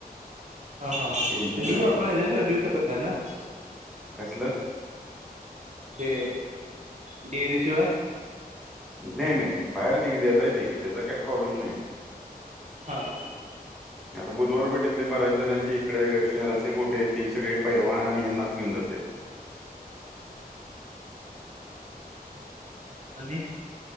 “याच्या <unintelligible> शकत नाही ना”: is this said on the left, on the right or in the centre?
Right